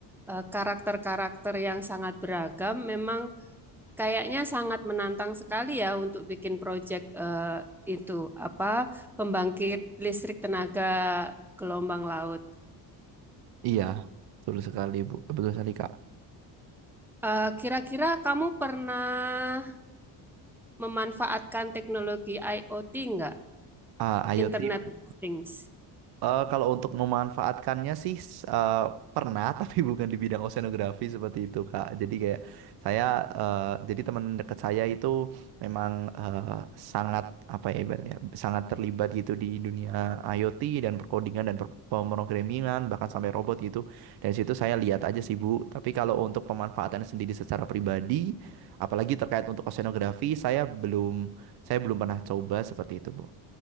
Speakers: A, in the centre; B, on the right (about 70°).
A: eh, karakter-karakter yang sangat beragam, memang Kayaknya sangat menantang sekali ya untuk bikin proyek eh, itu apa pembangkit listrik tenaga gelombang laut.
B: Iya, betul sekali Bu. Betul sekali Kak.
A: Eh, Kira-kira kamu pernah memanfaatkan teknologi IoT nggak?
B: Ah, IoT.
A: Internet of Things.
B: Eh, kalau untuk memanfaatkannya sih s- eh, pernah <laughs> tapi bukan di bidang oceanografi seperti itu Kak. Jadi kayak saya eh, jadi teman dekat saya itu memang eh, sangat apa ya ibaratnya sangat terlibat gitu di dunia IoT dan perkodingan dan per pemrogramingan bahkan sampai robot gitu. Dan situ saya lihat aja sih Bu. Tapi kalau untuk pemanfaatan sendiri secara pribadi apalagi terkait untuk oceanografi saya belum saya belum pernah coba seperti itu Bu.